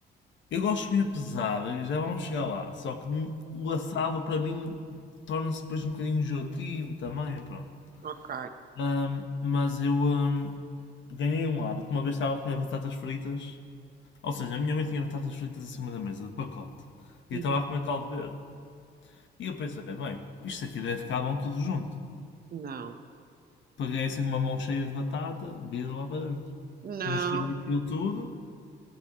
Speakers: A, on the left; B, on the right.
A: eu gosto de comida pesada e já vamos chegar lá. Só que hum, o assado para mim torna-se depois um bocadinho enjoativo também, é pronto.
B: ok.
A: Ahm, mas eu ahm, ganhei um hábito. Uma vez estava a comer batatas fritas. Ou seja, a minha mãe tinha batatas fritas em cima da mesa, de pacote.
B: Uhum.
A: E eu estava a comer caldo verde. E eu pensei, bem, isto aqui deve ficar bom tudo junto.
B: Não,
A: Peguei assim uma mão cheia de batata, vi lá para dentro.
B: não,
A: Misturei aquilo tudo